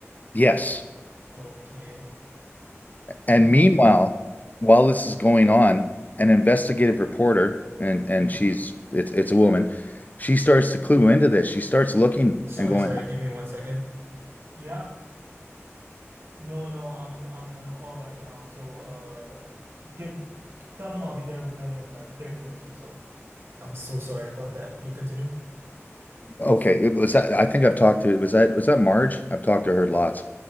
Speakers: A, on the left; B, on the right.
A: Yes.
B: Okay.
A: And
B: Oh.
A: meanwhile, while this is going on, an investigative reporter, and and
B: mhm.
A: she's it's it's a woman, she starts to clue into this. She starts looking
B: Sorry,
A: and going,
B: sorry. Give me one second. Yeah. No, no, I'm I'm on a call right now, so uh give tell them I'll be there with them in like 30 minutes or so. I'm so sorry about that. You continue?
A: okay, it was that I think I've talked to was that was that Marge? I've talked to her lots.